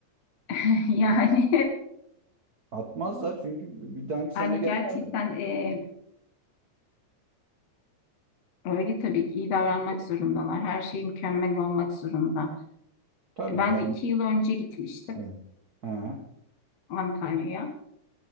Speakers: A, on the left (about 60°); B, on the right (about 40°).
A: <laughs> Yani
B: Atmazlar çünkü bir dahaki sene
A: yani
B: gelmezler.
A: gerçekten e, öyle tabii ki iyi davranmak zorundalar. Her şey mükemmel olmak zorunda.
B: Tabii
A: Ben
B: yani.
A: de iki yıl önce gitmiştim
B: Evet. Ha.
A: Antalya'ya.